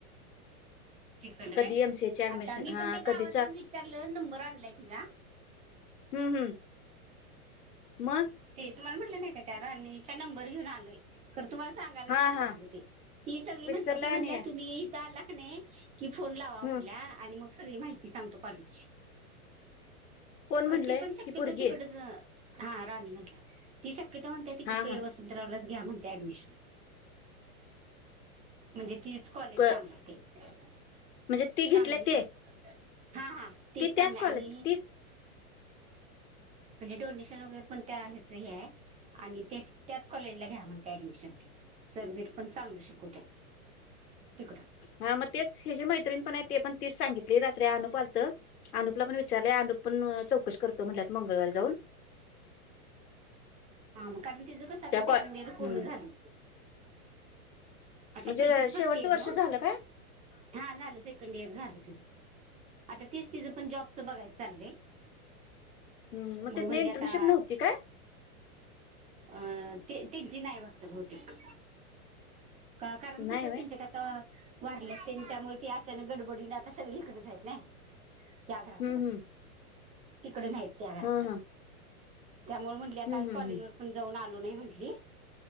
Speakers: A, on the right (about 15°); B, on the left (about 80°).
A: इकडन
B: कधी
A: काय
B: एमसीए ची ऍडमिशन
A: आता मी
B: हा
A: पण ते गावात
B: कधी
A: जाऊन विचारलं, नंबर आणलाय तिचा.
B: हूं हूं मग
A: ते तुम्हाला म्हटलं नाही का त्या रानिचा नंबर घेऊन आलोय तर तुम्हाला सांग त्यालाचं
B: हा
A: विसरल
B: हा
A: ते ती सगळी
B: विसरलं
A: म्हटल्यात ती
B: आणि
A: म्हटल्यात तुम्ही इथ आला का नाही. कि फोन लावा
B: हम्म
A: म्हटल्या, आणि मग सगळी माहिती सांगतो कॉलेजची.
B: कोण
A: खर
B: म्हटलंय
A: ती पण शक्यतो
B: पोरगी
A: तिकडचं आ हा राणी म्हनलिया ती शक्यतो म्हणते तिकडे
B: हा
A: ते
B: हा
A: वसंतरावलाच घ्या म्हणते ऍडमिशन. म्हणजे तीच कॉलेज
B: क-
A: चांगली आहे ते,
B: म्हणजे ती घेतल्या
A: चांगलीच
B: ते
A: आहे. हा हा तेच
B: ती
A: चांगलं
B: त्याच कॉलेज
A: आणि
B: तीच
A: म्हणजे डोनेशन वगैरे पण त्या ह्याचं हे आहे, आणि तेच त्याच कॉलेजला घ्या म्हणते ऍडमिशन ती. सरबीर पण चांगल शिकवत्या तीकड
B: हा मग तेच हिची मैत्रीण पण आहे ते पण तीच सांगितली रात्री अनुप आलत अनूपला पण विचारले अनूप पण चौकशी करतो म्हनल्यात मंगळवारी जाऊन.
A: हा मं कारण तिज कस
B: त्या
A: आता
B: कॉ
A: सेकंडईयर
B: हम्म
A: पूर्ण झाल आता
B: म्हणजे
A: प्रीतीच
B: शेवटचं
A: फस्ट इयर
B: वर्ष
A: ना
B: झालं काय
A: हा झालंच ये सेकंडईयर झालं तिंच आता तीच तिज पण जॉबचं बघायच चालय.
B: हम्म मग
A: म
B: तिथन
A: म्हणले
B: इंटर्नशिप
A: आता.
B: नव्हती काय
A: अ ते ते जीनां हे वाटतं बहुतेक कां कारण
B: नाही
A: कसं
B: व्हय
A: त्येनंच्या त्या अ वारल्यात त्यांनी त्यामुळे ते अचानक गडबडीने आता सगळे हीकडच आहेत नाय. त्या घराकड
B: हम्म हम्म
A: तिकड नाहीत त्या घराकड
B: हा हा
A: त्यामुळे म्हणल ली आता
B: हम्म
A: आ
B: हम्म
A: कॉलेज
B: हम्म
A: वर पण जाऊन आलो नही म्हटली.